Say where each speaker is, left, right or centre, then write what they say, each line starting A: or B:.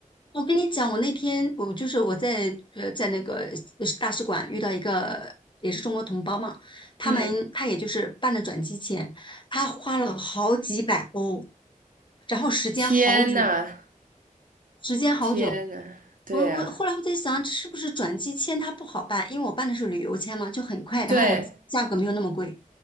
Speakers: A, on the left (about 35°); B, on the right (about 80°).
A: 我跟你讲，我那天我就是我在呃在那个大使馆遇到一个也是中国同胞嘛，他们他也就是办的转机签，
B: 嗯，
A: 他花了好几百欧，然后时间好久，
B: 天呐，
A: 时间好久。
B: 天呐，对呀，
A: 我我后来我在想，是不是转机签它不好办？因为我办的是旅游签嘛，就很快，然后我价格没有那么贵，
B: 对，